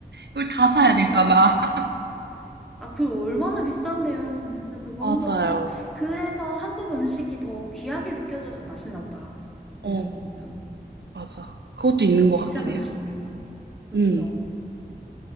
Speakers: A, on the right; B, in the centre.
A: 이걸 다 사야
B: 맞아요.
A: 되잖아. <laughs>
B: 아, 그 얼마나 비싼데요. 진짜 그거
A: 맞아요.
B: 한번 사서. 그래서 한국 음식이 더 귀하게 느껴져서 맛있나 보다.
A: 어,
B: 여기서 먹으면.
A: 맞아. 그것도 있는 것
B: 비싼
A: 같긴
B: 음식이니까.
A: 해요.
B: 그쵸?
A: 음,